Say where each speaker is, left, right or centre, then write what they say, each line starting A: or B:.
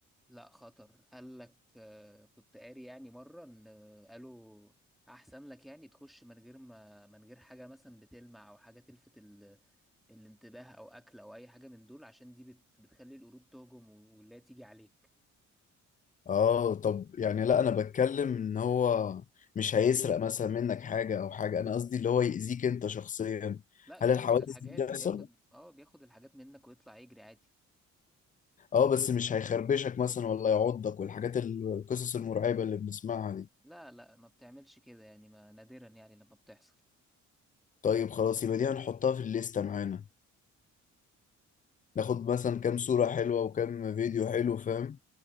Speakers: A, in the centre; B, on the left.
A: لا خطر قال لك آه، كنت قاري يعني مرة ان آه، قالوا احسن لك يعني تخش من غير ما من غير حاجة مثلا بتلمع او حاجة تلفت ال... الانتباه او اكل او اي حاجة من دول عشان دي بت... بتخلي القرود تهجم ولا تيجي عليك
B: اه طب يعني لا انا بتكلم ان هو مش هيسرق مثلا منك حاجة او حاجة انا قصدي اللي هو يأذيك انت شخصيا
A: لا بياخد
B: هل الحوادث
A: الحاجات
B: دي بتحصل؟
A: بياخد اه بياخد الحاجات منك ويطلع يجري عادي
B: اه بس مش هيخربشك مثلا ولا يعضك والحاجات ال- القصص المرعبة اللي بنسمعها دي
A: لا لا ما بتعملش كده يعني ما نادرا يعني لما بتحصل
B: طيب خلاص يبقى دي هنحطها في الليستة معانا ناخد مثلا كام صورة حلوة وكام فيديو حلو فاهم